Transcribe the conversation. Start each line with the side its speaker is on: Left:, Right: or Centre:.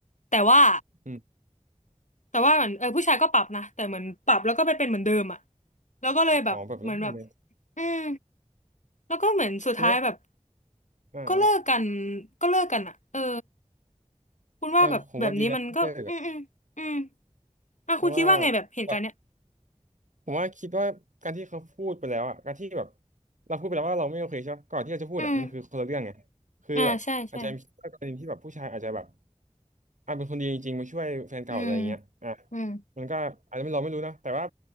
Left: แต่ว่า
Right: อืม
Left: แต่ว่าเหมือนเออผู้ชายก็ปรับนะแต่เหมือนปรับแล้วก็ไปเป็นเหมือนเดิมอ่ะแล้วก็เลยแบบเหมือนแบบ
Right: อ๋อแบบนั้นเลย
Left: อืมแล้วก็เหมือนสุดท้ายแบบ
Right: คือว่า อ่าอ่า
Left: ก็เลิกกันก็เลิกกันอ่ะเออคุณว่าแบบแบบนี้มันก็อืมอืมอืม
Right: เออผมว่าดีแล้วที่เลิกอ่ะ
Left: อ่ะคุณคิดว่าไงแบบเหตุการณ์เนี้ย
Right: เพราะว่ากว่า ผมว่าคิดว่าการที่เขาพูดไปแล้วอ่ะการที่แบบเราพูดไปแล้วว่าเราไม่โอเคใช่ปะก่อนที่เราจะพูดอ่ะมันคือคนละเรื่องไง
Left: อืม
Right: คือแบบอาจจะมีกรณีที่แบบผู้ชายอาจจะแบบ
Left: อ่าใช่ใช่
Right: อ่ะเป็นคนดีจริงๆมาช่วยแฟนเก่าอะไรอย่างเงี้ยอ่ะ
Left: อืมอืม
Right: มันก็อาจจะไม่เราไม่รู้นะแต่ว่า